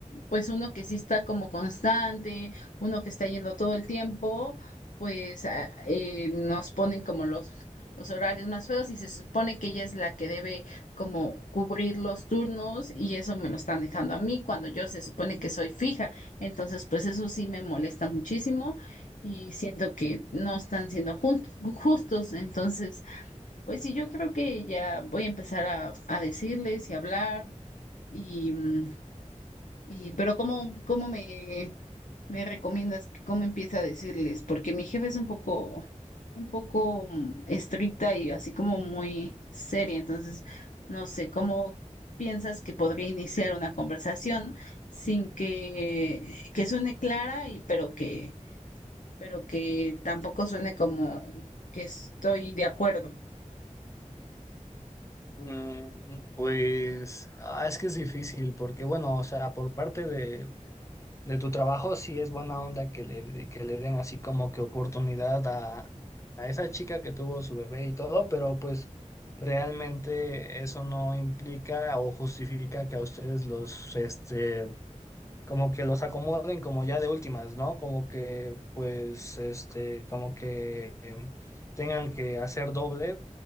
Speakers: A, on the left; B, on the left.
A: pues uno que sí está como constante, uno que está yendo todo el tiempo, pues a- eh, nos ponen como los, los horarios más feos y se supone que ella es la que debe como cubrir los turnos y eso me lo están dejando a mí cuando yo se supone que soy fija. Entonces, pues eso sí me molesta muchísimo y siento que no están siendo jun- justos. Entonces, pues sí, yo creo que ya voy a empezar a, a decirles y hablar. Y, mm, y, pero ¿cómo, cómo me, me recomiendas, que- cómo empieza a decirles? Porque mi jefe es un poco, un poco mm, estricta y así como muy seria. Entonces, no sé, ¿cómo piensas que podría iniciar una conversación sin que, que suene clara y pero que, pero que tampoco suene como que estoy de acuerdo?
B: Mm, Pues ah, es que es difícil porque, bueno, o sea, por parte de, de tu trabajo sí es buena onda que le, que le den así como que oportunidad a, a esa chica que tuvo su bebé y todo, pero pues realmente eso no implica o justifica que a ustedes los, este, como que los acomoden como ya de últimas, ¿no? Como que, pues, este, como que... em, tengan que hacer doble